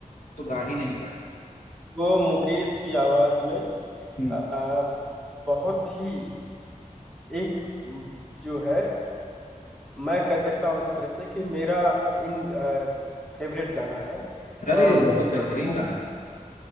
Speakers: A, on the left (about 75°); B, in the centre.
A: तो गा ही नहीं पाए
B: वो मुकेश की आवाज में
A: हम्म।
B: आ, बहुत ही एक म, जो है मैं कह सकता हूँ एक तरह से कि मेरा इन फेवरेट गाना है और,
A: अरे बहुत बेहतरीन
B: और वो
A: गाना है